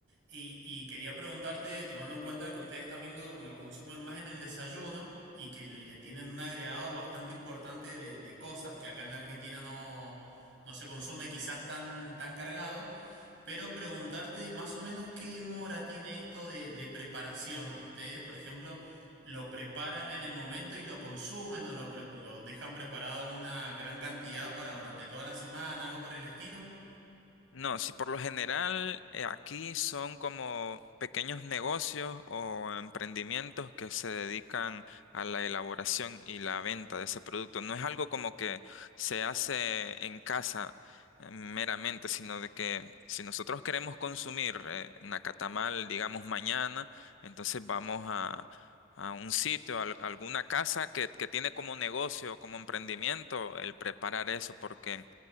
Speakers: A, on the right; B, on the left.
A: y, y quería preguntarte, tomando en cuenta que ustedes también lo, lo consumen más en el desayuno y que le tienen un agregado bastante importante de, de cosas que acá en la Argentina no, no se consume quizás tan, tan cargado, pero preguntarte más o menos qué mora tiene esto de, de preparación. Ustedes, por ejemplo, lo preparan en el momento y lo consumen o lo, pre- lo dejan preparado una gran cantidad para durante toda la semana, algo por el estilo.
B: No, si por lo general eh, aquí son como pequeños negocios o emprendimientos que se dedican a la elaboración y la venta de ese producto. No es algo como que se hace en casa eh, meramente, sino de que si nosotros queremos consumir eh, nacatamal, digamos, mañana, entonces vamos a... a un sitio, a alguna casa que, que tiene como negocio, como emprendimiento, el preparar eso, porque